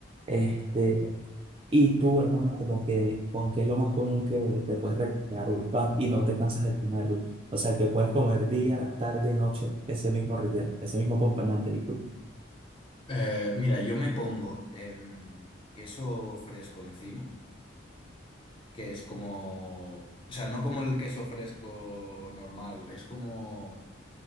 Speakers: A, on the right (about 25°); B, on the left (about 25°).
A: Este, y tú, hermano, como que, aunque es lo más común que te puedes regalar un pan y no te cansas de comerlo. O sea, que puedes comer día, tarde y noche ese mismo relleno, ese mismo acompañante, disculpa.
B: Eh, mira, yo me pongo em, queso fresco encima, que es como, o sea, no como el queso fresco normal, es como...